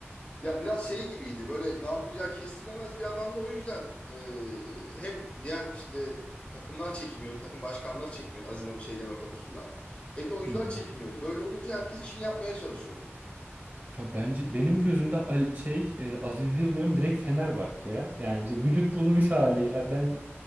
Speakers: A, on the left; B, on the right.
A: Yani biraz şey gibiydi böyle ne yapacağı kestirilemez bir adamdı o yüzden e, hem diğer işte takımlar çekiniyordu, takım başkanları çekiniyordu Azim'e bir şey deme konusunda. Hem de oyuncular
B: Hı hı.
A: çekiniyordu. Böyle olunca herkes işini yapmaya çalışıyordu.
B: Ya bence benim gözümde Al- şey e, Aziz Yıldırım direkt Fenerbahçe ya. Yani işte vücut bulmuş hali. Ya ben